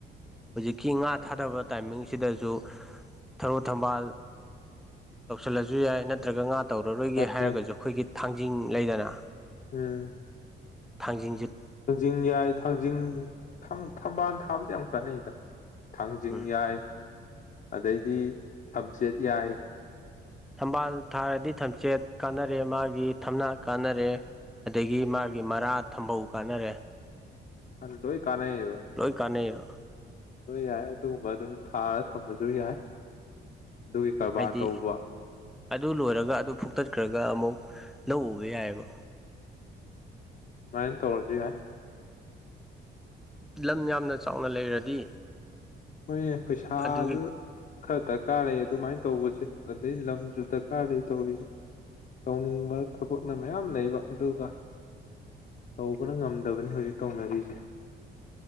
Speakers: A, in the centre; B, on the left.
A: ꯍꯧꯖꯤꯛꯀꯤ ꯉꯥ ꯊꯥꯗꯕ ꯇꯥꯏꯃꯤꯡꯁꯤꯗꯖꯨ ꯊꯔꯣ ꯊꯝꯕꯥꯜ ꯇꯧꯁꯜꯂꯖꯨ ꯌꯥꯏ ꯅꯠꯇ꯭ꯔꯒ ꯉꯥ ꯇꯧꯔꯔꯣꯏꯒꯦ
B: ꯌꯥꯏ
A: ꯍꯥꯏꯔꯒꯖꯨ ꯑꯩꯈꯣꯏꯒꯤ ꯊꯥꯡꯖꯤꯡ ꯂꯩꯗꯅ
B: ꯎꯝ
A: ꯊꯥꯡꯖꯤꯡꯖꯤꯠ
B: ꯊꯥꯡꯖꯤꯡ ꯌꯥꯏ ꯊꯥꯡꯖꯤꯡ ꯊꯝ ꯊꯝꯕꯥꯜ ꯊꯥꯕꯖꯦ ꯌꯥꯝ ꯀꯥꯟꯅꯩꯗ ꯊꯥꯡꯖꯤꯡ
A: ꯎꯝ
B: ꯌꯥꯏ ꯑꯗꯩꯗꯤ ꯊꯝꯆꯦꯠ ꯌꯥꯏ
A: ꯊꯝꯕꯥꯜ ꯊꯥꯔꯗꯤ ꯊꯝꯆꯦꯠ ꯀꯥꯟꯅꯔꯦ ꯃꯥꯒꯤ ꯊꯝꯅꯥ ꯀꯥꯟꯅꯔꯦ ꯑꯗꯒꯤ ꯃꯥꯒꯤ ꯃꯔꯥ ꯊꯝꯕꯧ ꯀꯥꯟꯅꯔꯦ
B: ꯗꯨꯅ ꯂꯣꯢ ꯀꯅꯩꯕ
A: ꯂꯣꯏ ꯀꯥꯟꯅꯩꯑꯦꯕ
B: ꯂꯣꯏ ꯌꯥꯏ ꯑꯗꯨꯒꯨꯝꯕ ꯑꯗꯨꯝ ꯊꯥꯔ ꯊꯝꯕꯁꯨ ꯌꯥꯏ ꯑꯗꯨꯒꯤ ꯀꯔꯕꯥꯔ
A: ꯍꯥꯏꯗꯤ
B: ꯇꯧꯕ
A: ꯑꯗꯨ ꯂꯣꯏꯔꯒ ꯑꯗꯨ ꯐꯨꯛꯇꯠꯈ꯭ꯔꯒ ꯑꯃꯨꯛ ꯂꯧ ꯎꯕ ꯌꯥꯏꯑꯕ
B: ꯑꯗꯨꯃꯥꯢ ꯇꯧꯔꯁꯨ ꯌꯥꯢ
A: ꯂꯝ ꯌꯥꯝꯅ ꯆꯥꯎꯅ ꯂꯩꯔꯗꯤ
B: ꯍꯣꯏꯅꯦ ꯄꯩꯁꯥꯁꯨ
A: ꯑꯗꯨꯒꯤ
B: ꯈꯔ ꯗꯔꯀꯥꯔ ꯂꯩ ꯑꯗꯨꯃꯥꯏꯅ ꯇꯧꯕꯁꯦ ꯑꯗꯩ ꯂꯝꯁꯨ ꯗꯔꯀꯥꯔ ꯂꯩ ꯇꯧꯔꯤꯁꯦ ꯇꯧꯅꯤꯡꯕ ꯊꯕꯛꯅ ꯃꯌꯥꯝ ꯂꯩꯕ ꯑꯗꯨꯒ ꯇꯧꯕꯅ ꯉꯝꯗꯕꯅꯤ ꯍꯧꯖꯤꯛ ꯇꯧꯅꯔꯤꯁꯦ